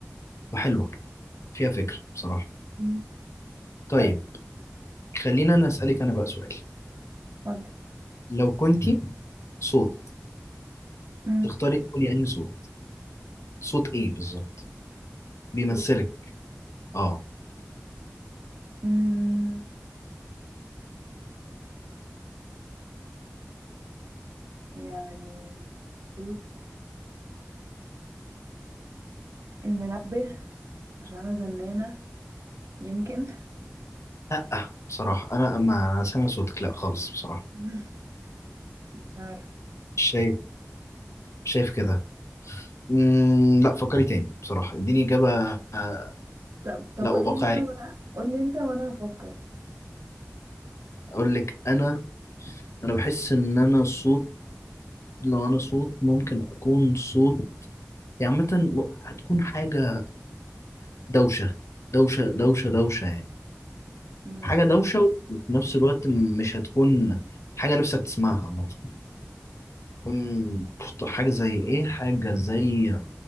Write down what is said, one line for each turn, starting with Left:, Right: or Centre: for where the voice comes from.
Left: وحلوة فيها فكر بصراحة
Right: مم.
Left: طيب
Right: بس
Left: خلينا انا اسألك انا بقى سؤال
Right: اتفضل
Left: لو كنتي صوت
Right: مم.
Left: تختاري تكوني انهي صوت صوت ايه بالظبط بيمثلك
Right: صوت
Left: اه
Right: مم. يعني صوت المنبه عشان انا زنانة يمكن
Left: لا بصراحة أنا ما أنا سامع صوتك لا خالص بصراحة
Right: <laughs> مش عارفة
Left: مش شايف مش شايف كده مم، لا فكري تاني بصراحة اديني إجابة آه،
Right: طب طب
Left: لا
Right: قولي
Left: واقعية
Right: انت وانا قولي انت وانا هفكر
Left: أقول لك أنا أنا بحس إن أنا صوت لو أنا صوت ممكن أكون صوت يعني عامة م- هتكون حاجة دوشة دوشة دوشة دوشة يعني
Right: ماشي
Left: حاجة دوشة وفي نفس الوقت مش هتكون حاجة نفسك تسمعها عامة مم، حاجة زي إيه؟ حاجة زي